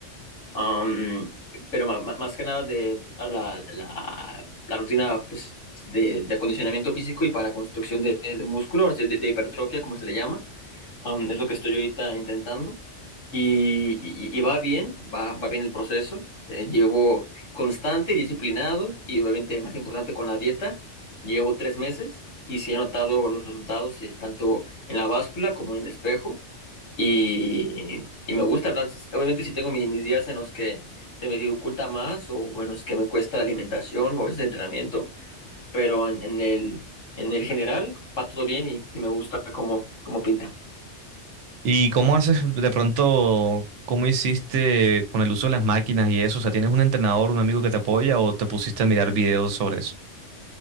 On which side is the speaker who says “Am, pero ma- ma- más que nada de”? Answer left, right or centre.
Left